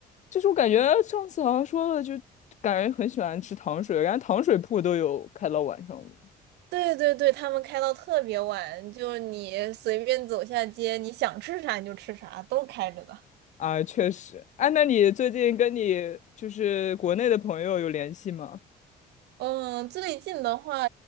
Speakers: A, on the left (about 45°); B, on the right (about 80°).
A: 就是我感觉上次好像说了，就感觉很喜欢吃糖水，然后糖水铺都有开到晚上的
B: 对对对，他们开到特别晚，就是你随便走下街，你想吃啥你就吃啥，都开着的。
A: 啊，确实。哎，那你最近跟你就是国内的朋友有联系吗？
B: 嗯，最近的话，